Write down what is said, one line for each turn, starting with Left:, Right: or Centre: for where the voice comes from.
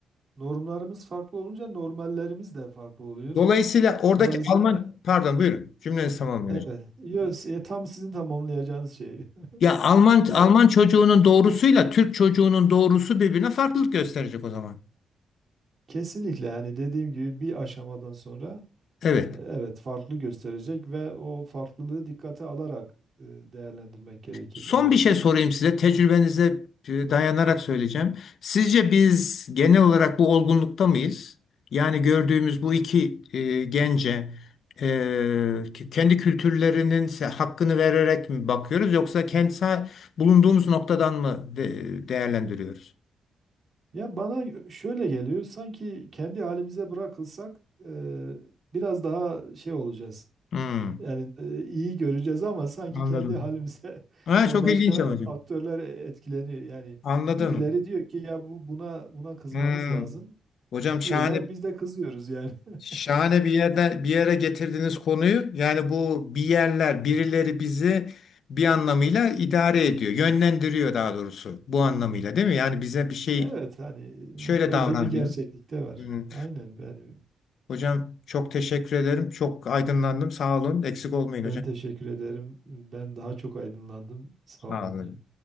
Right: Normlarımız farklı olunca normallerimiz de farklı oluyor.
Left: Dolayısıyla oradaki
Right: Dolayısıyla
Left: Alman pardon buyurun cümlenizi tamamlayın.
Right: e, evet.
Left: hocam.
Right: Yo, s- tam sizin tamamlayacağınız şey. <laughs>
Left: Ya Alman
Right: Ya,
Left: Alman çocuğunun doğrusuyla Türk çocuğunun doğrusu birbirine farklılık gösterecek o zaman.
Right: Kesinlikle yani dediğim gibi bir aşamadan sonra
Left: Evet.
Right: Evet, farklı gösterecek ve o farklılığı dikkate alarak e, değerlendirmek gerekir
Left: Son
Right: bence.
Left: bir şey sorayım size. Tecrübenize e, dayanarak söyleyeceğim. Sizce biz genel olarak bu olgunlukta mıyız? Yani gördüğümüz bu iki e, gence e, k- kendi kültürlerinin se- hakkını vererek mi bakıyoruz yoksa kentsel bulunduğumuz noktadan mı de- değerlendiriyoruz?
Right: Ya bana şöyle geliyor, sanki kendi halimize bırakılsak e, biraz daha şey olacağız.
Left: Hmm,
Right: Yani e, iyi göreceğiz ama sanki
Left: anladım.
Right: kendi halimize <laughs>
Left: Ha,
Right: yani
Left: çok
Right: başka
Left: ilginç ama hocam.
Right: faktörler etkileniyor. Yani
Left: Anladım.
Right: birileri diyor ki ya bu buna buna kızmanız
Left: Hmm.
Right: lazım
Left: Hocam
Right: diyorlar.
Left: şahane
Right: Biz de kızıyoruz yani. <laughs>
Left: Şahane bir yerden bir yere getirdiğiniz konuyu. Yani bu bir yerler, birileri bizi bir anlamıyla idare ediyor, yönlendiriyor daha doğrusu bu anlamıyla değil mi? Yani bize bir şey
Right: Evet hani
Left: şöyle
Right: öyle
Left: davran
Right: bir gerçeklik
Left: diyor.
Right: de var.
Left: Hı.
Right: Aynen ben
Left: Hocam çok teşekkür ederim. Çok aydınlandım. Sağ olun. Eksik olmayın
Right: Ben
Left: hocam.
Right: teşekkür ederim. Ben daha çok aydınlandım. Sağ
Left: Sağ
Right: olun
Left: olun.
Right: hocam.